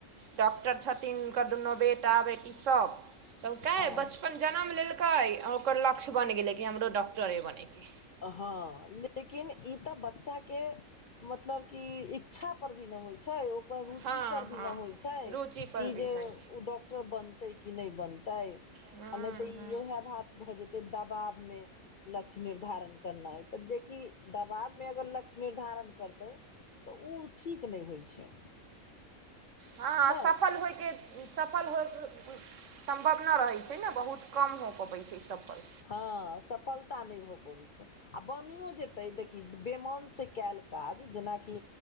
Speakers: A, on the right; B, on the left.
A: डॉक्टर छथिन हुनकर दुनू बेटा बेटी सभ तब कहै
B: हँ
A: बचपन जनम लेलकै ओकर लक्ष्य बनि गेलै कि हमरो डॉक्टरे बनैके
B: हँ लेकिन ई तऽ बच्चाके मतलब कि इच्छा पर भी नहि होइ छै ओकर रुचि
A: हँ
B: परर भी
A: हँ
B: नहि होइ छै
A: रुचि पर
B: कि
A: भी
B: जे
A: हइ
B: ओ डॉक्ट बनतै कि नहि बनतै
A: हँ
B: आ नहि तऽ ई
A: हँ
B: इह भात भऽ जेते दबाब में लक्ष्य निर्धारण करना ह तऽ जेकि दबाब मे अगर लक्ष्य निर्धारण करतै तऽ ओ ठीक नहि होइ छै
A: हँ
B: नहि
A: सफल होइके सफल होइके सम्भव नहि रहैत छै ने बहुत कम हो पबैत छै सफल
B: हँ सफलता नहि भ पबैत छै आ बनियो जेते देख बेमानसँ कयल काज जेनाकि